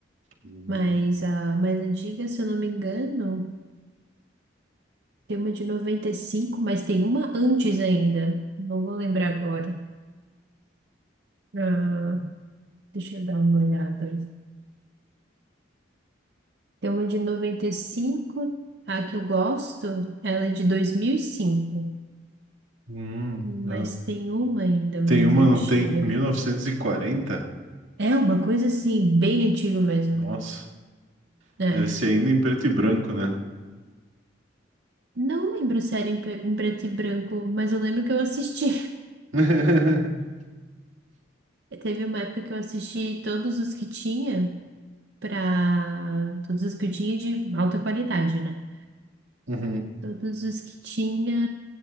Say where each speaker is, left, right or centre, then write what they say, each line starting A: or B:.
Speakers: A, on the right; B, on the right.
A: Hum.
B: Mas a mais antiga, se eu não me engano, tem uma de 95, mas tem uma antes ainda. Não vou lembrar agora. Ah, deixa eu dar uma olhada. Tem uma de 95 a que eu gosto, ela é de 2005,
A: Hum,
B: mas
A: é.
B: tem uma ainda mais
A: Tem uma,
B: antiga.
A: não tem? 1940?
B: É uma coisa assim, bem antiga mesmo,
A: Nossa,
B: né?
A: deve ser ainda em preto e branco, né?
B: Não lembro se era em, pre- em preto e branco, mas eu lembro que eu assisti.
A: <laughs>
B: <laughs> Teve uma época que eu assisti todos os que tinha, pra. Todos os que eu tinha de alta qualidade, né?
A: Uhum.
B: Todos os que tinha,